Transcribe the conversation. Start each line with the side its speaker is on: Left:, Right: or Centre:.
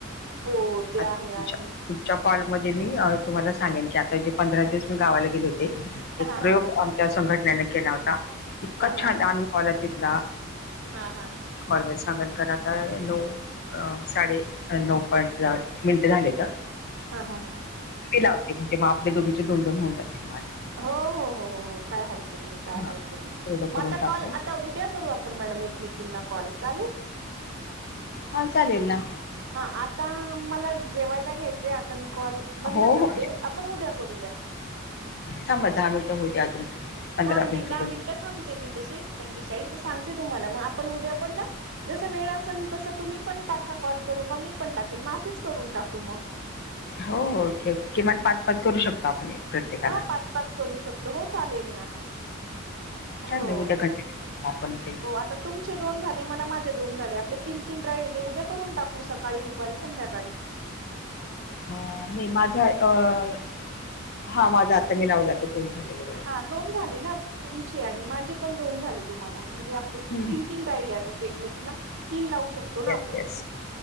Right: हो ते
Left: आता
Right: आहे आहे
Left: त च्या कॉल मध्ये मी तुम्हाला सांगेन की आता ज पंधरा दिवस मी गावाला गेले होते एक
Right: हा
Left: प्रयोग
Right: हा हा
Left: संघटनेने केला होता इतका
Right: हा हा
Left: छान
Right: हा
Left: अनुभवला तिथला
Right: हा
Left: हॉर्मल सांगल कता नो अ साडे नऊ पईंट मिनट झाले का
Right: हा हा हा
Left: लावते म्हणजे मग आपले दोघीचे दोन दोन होऊ जातील मा
Right: हो हो हो हो हो काय हरकत नाही काय
Left: हा
Right: हरकत नाही
Left: तेवढं
Right: मग
Left: करून
Right: आता
Left: टाकू
Right: कॉल आता उद्या करू आपण मॅडम एकमेकींना कॉल चालेल
Left: हा चालेल ना
Right: हा आता मला जेवायला घ्यायचे आता मी कॉल बंद
Left: हो
Right: करते
Left: हो
Right: आपण उद्या करूया
Left: सांब दहा मिनिटं होऊते्या अजून पंधरा
Right: हा नाही दहा
Left: करू.
Right: मिनिटं थांबते मी तसे पंचेचाळीस मी सांगते तुम्हाला मग आपण उद्या पण ना जसा वेळ असेल तसं तुम्ही पण टाका कॉल करू का मी पण टाकेन मग असेच करून टाकू मग
Left: हो किमान पाच पाच करू शकतो आपण प्रत्येकाला
Right: हा पाच पाच करू शकतो हो चालेल ना हो
Left: चालेल उद्या कंटिन्यू करू आपण ते
Right: हो आता तुमचे दोन झाले मला माझे दोन झाले आपले तीन तीन राहिले देऊद्या करून टाकू सकाळी दुपारी संध्याकाळी
Left: अ नाही माझा अ हा माझा आता मी लाव जातो ख न्यद
Right: हा दोन झाले ना तुमचे आणि माझे पण दोन झाले तुम्हाला म्हणजे आपले
Left: हं.
Right: तीन तीन राहिले अजो एकमेकी तीन लावू शकत
Left: येस,
Right: आपण
Left: येस,